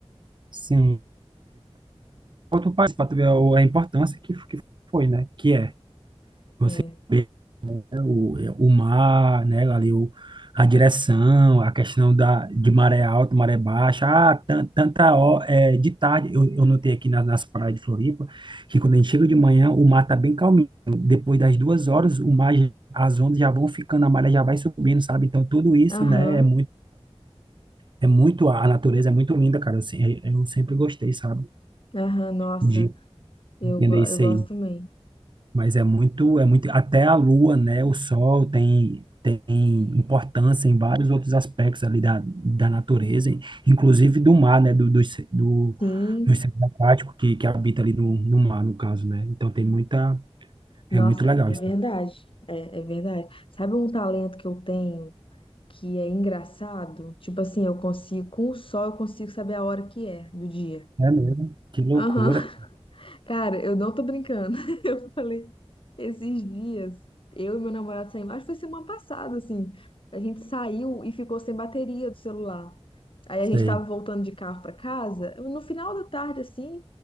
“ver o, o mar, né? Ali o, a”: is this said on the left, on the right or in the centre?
Right